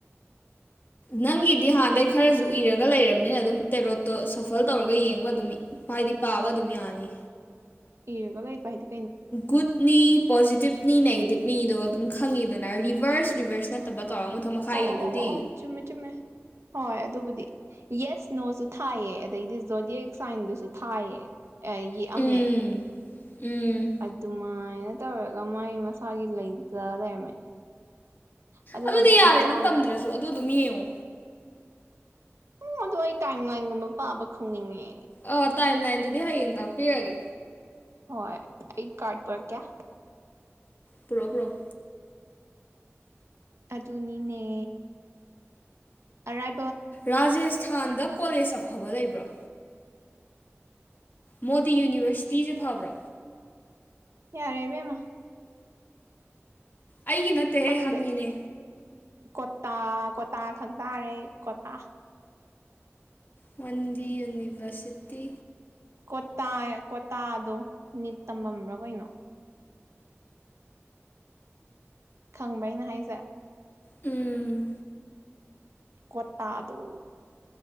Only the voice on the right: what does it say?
ꯏꯔꯒ ꯂꯩꯕꯍꯥꯏꯗꯤ
ꯑꯣ ꯑꯣ
ꯑꯣ ꯑꯣ ꯑꯣ ꯆꯨꯝꯃꯦ ꯆꯨꯝꯃꯦ ꯍꯣꯏ ꯑꯗꯨꯕꯨꯗꯤ ꯌꯦꯁ ꯅꯣꯁꯨ ꯊꯥꯏꯌꯦ ꯑꯗꯒꯤꯗꯤ ꯖꯣꯗꯤ ꯁꯥꯏꯟꯗꯨꯁꯨ ꯊꯥꯏꯌꯦ ꯌꯦꯛꯑꯝꯃꯦ
ꯑꯗꯨꯃꯥꯏꯅ ꯇꯧꯔꯒ ꯃꯥꯒꯤ ꯃꯁꯥꯒꯤ ꯂꯩꯇ ꯂꯩꯔꯝꯃꯦ ꯑꯗꯨꯒ
ꯕꯨꯛ
ꯃꯆꯥ
ꯎꯝ ꯑꯗ ꯑꯩ ꯇꯥꯏꯝ ꯅꯥꯏꯟꯒꯨꯝꯕ ꯄꯥꯕ ꯈꯪꯅꯤꯡꯉꯦ
ꯍꯣꯏ ꯑꯩ ꯀꯥꯔꯗꯄ ꯀꯌꯥ
ꯑꯗꯨꯅꯤꯅꯦ ꯑꯔꯥꯏ
ꯌꯥꯔꯦ ꯏꯕꯦꯃ
ꯈꯪꯗꯦ
ꯀꯣꯇꯥ ꯀꯣꯇꯥ ꯈꯪ ꯇꯥꯔꯦ ꯀꯣꯇꯥ
ꯀꯣꯇꯥ ꯀꯣꯇꯥꯗꯣ ꯅꯤꯠ ꯇꯝꯕꯝ ꯂ ꯀꯩꯅꯣ ꯈꯪꯕ ꯅ ꯍꯥꯏꯁꯦ
ꯀꯠꯇꯗꯣ